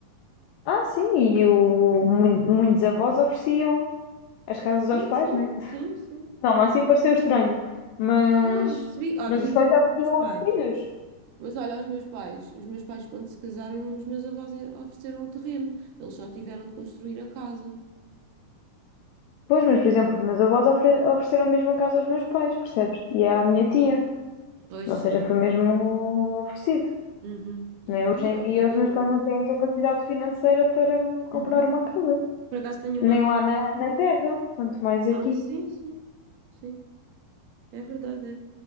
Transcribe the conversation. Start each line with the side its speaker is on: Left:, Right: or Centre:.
Left: Ah, sim, e o, mui- muitos avós ofereciam as casas aos
Right: Sim,
Left: pais,
Right: sim,
Left: né?
Right: sim, sim.
Left: Toma, assim pareceu estranho, mas,
Right: Não, eu percebi. Ah,
Left: mas
Right: por
Left: os
Right: exemplo,
Left: pais já ofereciam
Right: os meus pais.
Left: aos filhos.
Right: Mas olha, os meus pais. Os meus pais, quando se casaram, os meus avós eh, ofereceram o terreno. Eles só tiveram de construir a casa.
Left: Pois, mas por exemplo, os meus avós ofere- ofereceram mesmo a casa aos meus pais, percebes? E é à minha tia.
Right: Pois
Left: Ou
Right: sim.
Left: seja, foi mesmo oferecido.
Right: Uhum.
Left: Né? Hoje
Right: Olha,
Left: em dia
Right: eu-
Left: os
Right: eu-
Left: meus pais não têm capacidade financeira para me comprar
Right: Uhum.
Left: uma casa.
Right: Por acaso tenho
Left: Nem
Right: uma amiga.
Left: lá na, na terra, quanto mais aqui.
Right: Ah, sim, sim. Sim. É verdade, é.